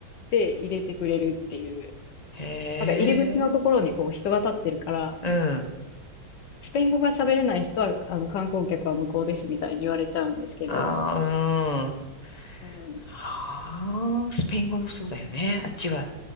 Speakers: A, on the left; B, on the left.
A: で入れてくれるっていう。
B: へえ、
A: なんか入り口のところにこう人が立ってるから、
B: うん、
A: スペイン語が喋れない人は、あの観光客は無効ですみたいに言われちゃうんですけど、
B: あー、うん。
A: うん、
B: はあ、スペイン語そうだよね。あっちは、